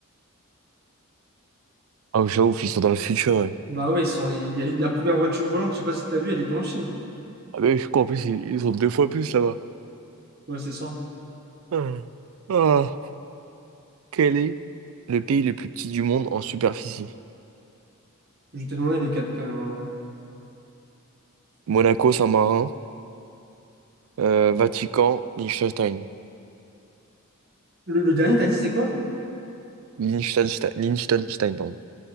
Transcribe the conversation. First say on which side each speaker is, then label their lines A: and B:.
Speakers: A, on the right (about 65°); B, on the right (about 45°).
A: Ah, je ouf, ils sont dans le futur. ouais.
B: Bah ouais, ils sont... il y a eu de la première voiture volante, je sais pas si t'as vu, elle était en Chine.
A: Ah, mais je crois en plus, ils ils ont deux fois plus là-bas.
B: Ouais, c'est ça.
A: Ah, Ah, quel est Le pays le plus petit du monde en superficie.
B: Je t'ai demandé les quatre quand même en vrai.
A: Monaco, Saint-Marin, euh, Vatican, Liechtenstein.
B: Le, le dernier, t'as dit, c'est quoi?
A: Liechtenstein, Liechtenstein, pardon.